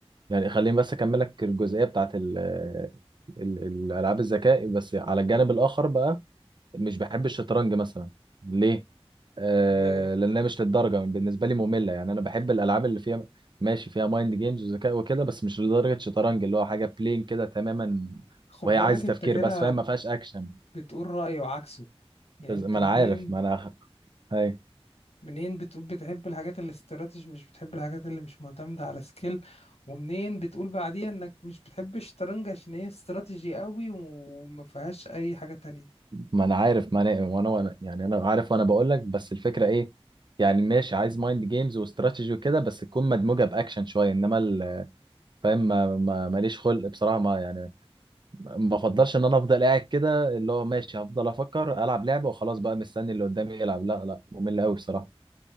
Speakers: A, on the right; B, on the left.
A: يعني خليني بس اكملك الجزئية بتاعت ال... ال... الالعاب الذكاء بس على الجانب الاخر بقى مش بحب الشطرنج مثلا ليه؟ آه
B: ليه
A: لأنها مش للدرجة بالنسبة لي مملة يعني أنا بحب الألعاب اللي فيها ماشي فيها مايند جيمز وذكاء وكده بس مش لدرجة شطرنج اللي هو حاجة بلين كده تماما
B: خد
A: وهي
B: بالك
A: عايزة
B: انت
A: تفكير
B: كده
A: بس فاهم ما فيهاش أكشن
B: بتقول رأي وعكسه يعني
A: بس ما
B: انت منين
A: أنا عارف ما أنا هاي
B: منين بتقول بتحب الحاجات الاستراتيجي مش بتحب الحاجات اللي مش معتمدة على سكيل ومنين بتقول بعديها انك مش بتحب الشطرنج عشان هي استراتيجي قوي وما فيهاش اي حاجة تانية
A: ما أنا عارف ما أنا وأنا وأنا- يعني أنا عارف وأنا بقول لك بس الفكرة إيه؟ يعني ماشي عايز مايند جيمز واستراتيجي وكده بس تكون مدموجة بأكشن شوية إنما ال- فاهم ما- ما- ماليش خلق بصراحة ما يعني ما افضلش ان انا افضل قاعد كده اللي هو ماشي هفضل افكر العب لعبه وخلاص بقى مستني اللي قدامي يلعب لا لا ممل قوي بصراحه